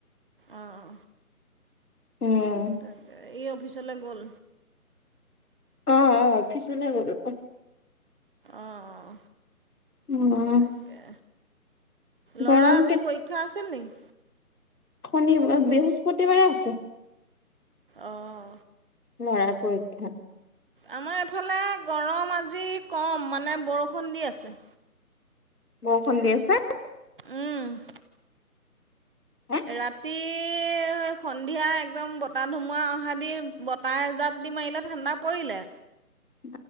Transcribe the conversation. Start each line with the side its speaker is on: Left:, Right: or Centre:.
Right: অঁ
Left: উম
Right: তাকে ই অফিচলৈ গ'ল।
Left: অ', অ, অফিচলে গ'ল অহ।
Right: অঁ
Left: উম।
Right: তাকে
Left: গৰম
Right: লৰাৰ আজি পৰীক্ষা আছিল নেকি?
Left: শনিবাৰ বৃহস্পতিবাৰে আছে।
Right: অহ।
Left: লৰাৰ পৰীক্ষা।
Right: আমাৰ এইফালে গৰম আজি কম মানে বৰষুণ দি আছে।
Left: বৰষূণ দি আছে।
Right: উম
Left: হে
Right: ৰাতি সন্ধিয়া একদম বতাহ ধুমুহা অহা দি বতাহ এজাক দি মাৰিলে ঠাণ্ডা পৰিলে।
Left: <inaudible>